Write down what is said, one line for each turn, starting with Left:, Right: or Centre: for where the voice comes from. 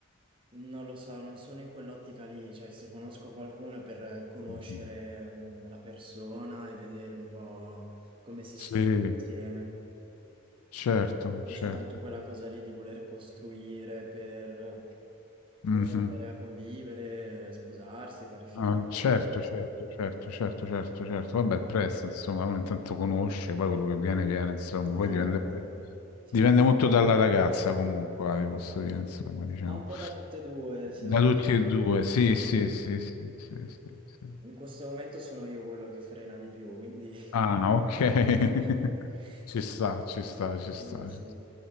Right: non lo so, non sono in quell'ottica lì, cioè se conosco qualcuno è per eh, conoscere
Left: Anch'io.
Right: mm, la persona e vedere un po' come si
Left: Sì,
Right: sta bene insieme.
Left: certo,
Right: Non
Left: certo.
Right: c'è tanto quella cosa lì di voler costruire per
Left: Mhm.
Right: boh, andare a convivere, sposarsi, fare figli.
Left: Ah, certo, certo, certo, certo, certo, certo. Vabbè, è presto, insomma, uno intanto conosce, poi quello che viene, viene, insomma,
Right: Esatto.
Left: poi dipende pure-
Right: Sì.
Left: dipende
Right: sì.
Left: molto dalla ragazza, comunque, eh, vi posso dire, insomma, diciamo.
Right: Ma un po' da tutte e due,
Left: Da
Right: se devo
Left: tutti
Right: essere...
Left: e due, sì,
Right: sì.
Left: sì, sì, sì, sì, sì, sì.
Right: In questo momento sono io quello che frena di più, quindi...
Left: Ah, ok. <laughs>
Right: <laughs>
Left: Ci sta, ci sta, ci sta,
Right: quindi sì.
Left: ci